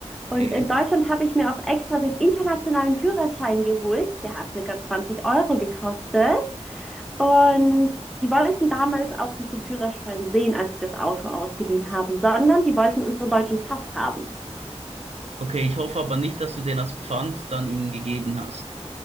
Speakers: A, on the right; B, in the centre.
A: Okay.
B: Und in Deutschland habe ich mir auch extra den internationalen Führerschein geholt. Der hat circa 20 Euro gekostet. Und die wollten damals auch nicht den Führerschein sehen, als wir das Auto ausgeliehen haben, sondern die wollten unseren deutschen Pass haben.
A: Okay, ich hoffe aber nicht, dass du den als Pfand dann ihnen gegeben hast.